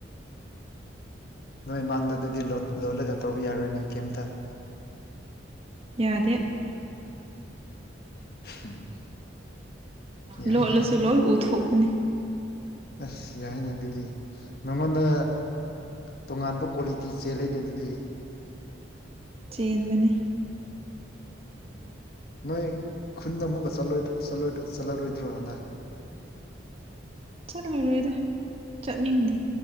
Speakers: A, on the left (about 50°); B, on the right (about 30°).
A: ꯅꯣꯏ ꯃꯥꯡꯗ ꯑꯗꯨꯗꯤ ꯂꫭꯜ ꯂꯣꯜꯂꯒ ꯇꯧꯕ ꯌꯥꯔꯣꯏꯅꯦ ꯀꯩꯝꯇ꯫
B: ꯌꯥꯗꯦ꯫ <inaudible>
A: <inaudible> ꯌꯥꯏ
B: ꯂꯣꯠꯂꯁꯨ
A: ꯌꯥꯏ
B: ꯂꯣꯏ ꯎꯠꯊꯣꯛꯄꯅꯦ
A: ꯑꯁ ꯌꯥꯏꯅꯦ ꯑꯗꯨꯗꯤ ꯅꯉꯣꯟꯗ ꯇꯣꯉꯥꯟꯕ ꯀ꯭ꯋꯥꯂꯤꯇꯤ ꯆꯦꯜꯂꯦꯅꯦ ꯑꯗꯨꯗꯤ
B: ꯆꯦꯟꯕꯅꯦ꯫
A: ꯅꯣꯏ ꯈꯨꯟꯗ ꯑꯃꯨꯛꯀ ꯆꯠꯂꯔꫭꯏꯗ꯭ꯔꫭ ꯆꯠꯂꯔꯣꯏꯗ꯭ꯔꯣ ꯆꯠꯂꯔꯣꯏꯗ꯭ꯔꯣ ꯍꯟꯗꯥꯛ
B: ꯆꯠꯂꯔꯣꯏꯗ ꯆꯠꯅꯤꯡꯗꯦ꯫